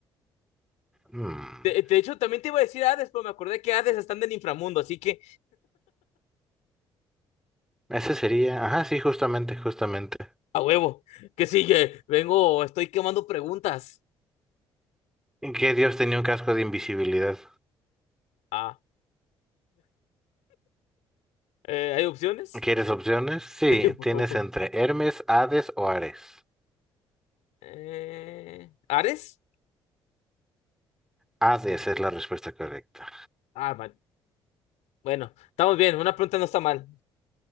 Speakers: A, in the centre; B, on the left.
A: Mm,
B: De, de hecho, también te iba a decir Hades, pero me acordé que Hades están del inframundo, así que
A: Ese sería, ajá, sí, justamente, justamente.
B: a huevo. Que sigue? Vengo, estoy quemando preguntas.
A: ¿Y ¿Qué dios tenía un casco de invisibilidad?
B: Ah, eh, ¿hay opciones?
A: ¿Quieres
B: <laughs>
A: opciones? Sí,
B: Sí, por
A: tienes
B: favor.
A: entre Hermes, Hades o Ares.
B: Eh, ¿Ares?
A: Hades es la respuesta correcta.
B: Ah, man. Bueno, estamos bien, una pregunta no está mal.